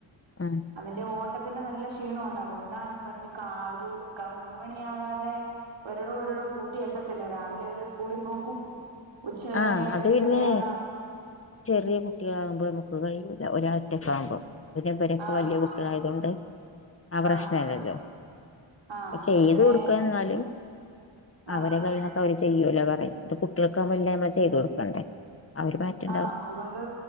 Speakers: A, on the left; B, on the right.
A: ഉം
B: അതിന്റെ ഓട്ടത്തിന്റെ നല്ല ക്ഷീണുണ്ട് അതൊണ്ടാണ് ഞാൻ പറഞ്ഞേ ക്കാരു ക്ക മൂന്ന് മണിയാകാതെ ഒരടും ഒരടും കൂട്ടി എത്തത്തില്ല രാവിലെ ഒരു സ്കൂളിൽ പോക്കും ഉച്ചവരെ
A: ആഹ് അത്
B: ഒരു
A: പിന്നെ
B: ചെറിയ ആളാ
A: ചെറിയ കുട്ടികളാകുമ്പോ നമുക്ക് കയിയൂല ഒരാളൊറ്റക്കാകുമ്പോ പുതിയ പെരേക്ക്
B: ആഹ്
A: വല്യ കുട്ട്യളായതൊണ്ട് ആ പ്രശ്നല്ലല്ലോ
B: ആഹ് ആഹ്
A: ഓക്കെ ചെയ്ത്
B: ഇവിടെ
A: കൊടുക്കാൻ നിന്നാല് അവരെ
B: ആഹ്
A: കഴ്ഞ്ഞ അവര് ചെയ്യുല്ലോ പറയും ഇത് കുട്ട്യേക്ക് ആകുമ്പ എല്ല നമ്മൾ ചെയ്തു കൊടുക്കണ്ടേ ആ ഒരു മാറ്റണ്ടാവും
B: ആഹ് അതുകൊണ്ട്